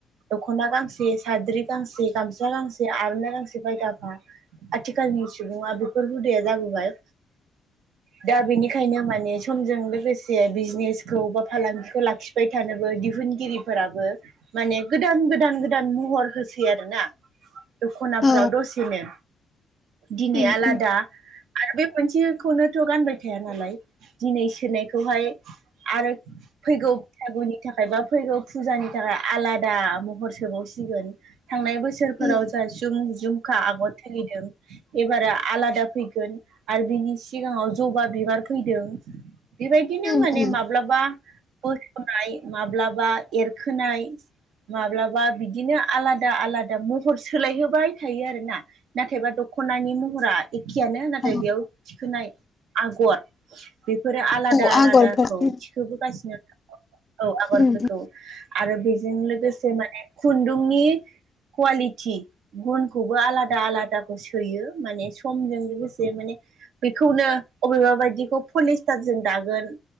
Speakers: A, on the right; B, on the left.
A: दख'ना गांसे साद्रि गांसे गामस गांसे से आरनाइ गांसे बायगाफा आथिखालनि सुबुङा बेफोर हुदाया जाबोबाय। दा बेनिखायनो माने समजों लोगोसे बिजनेसखौ बा फालांगिखौ लाख खिबाय थानोबो दिहुनगिरिफोराबो माने गोदान गोदान गोदान महर होसै आरो ना दख'नाफोराव
B: औ
A: दसेनो दिनै
B: उम
A: आलादा
B: उम
A: आरो बे मोनसेखौनोथ' गानबाय थाया नालाय दिनै सोनायखौहाय आरो फैगौ सागुनि थाखाय बा फैगौ फुजानि थाखाय आलादा महर सोबावसिगोन थांनाय बोसोरफोराव
B: उम
A: जाहा जुम-जुमखा आगर सोलिदों एबारो आलादा फैगोन आरो बिनि सिगाङाव जबा बिबार फैदों बेबायदिनो
B: उम
A: माने
B: उम
A: माब्लाबा बोसोननाय माब्लाबा एरखोनाय माब्लाबा बिदिनो आलादा आलादा महर सोलायहोबाय थायो आरोना। नाथायबा दख'नानि महरा एखेयानो नाथाय
B: औ
A: बेयाव थिखोनाय आगर बेफोर आलादा
B: औ
A: आलादाखौ
B: आगरफोर उम
A: थिखोबोगासिनो औ आबादफोरखौ
B: उम
A: आरो बेजों लोगोसे माने खुन्दुंनि कुवालिथि गुनखौबो आलादा आलादाखौ सोयो माने समजों लोगोसे माने बेखौनो अबेबा बायदिखौ पलिस्टारजों दागोन